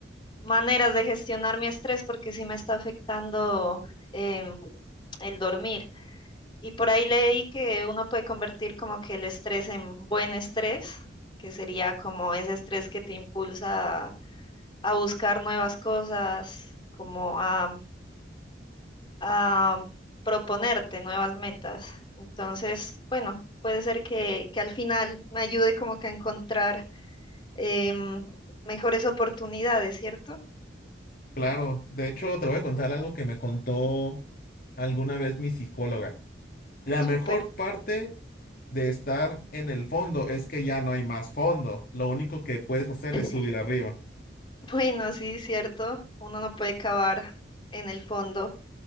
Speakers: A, on the left; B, on the left.
A: maneras de gestionar mi estrés porque sí me está afectando em, el dormir. Y por ahí leí que uno puede convertir como que el estrés en buen estrés, que sería como ese estrés que te impulsa a a buscar nuevas cosas, como a a proponerte nuevas metas. Entonces, bueno, puede ser que, que al final me ayude como que a encontrar em, mejores oportunidades, ¿cierto?
B: Claro, de hecho te voy a contar algo que me contó alguna vez mi psicóloga. La
A: Súper.
B: mejor parte de estar en el fondo es que ya no hay más fondo. Lo único que puedes hacer
A: <laughs>
B: es subir arriba.
A: Bueno, sí, cierto. Uno no puede cavar en el fondo.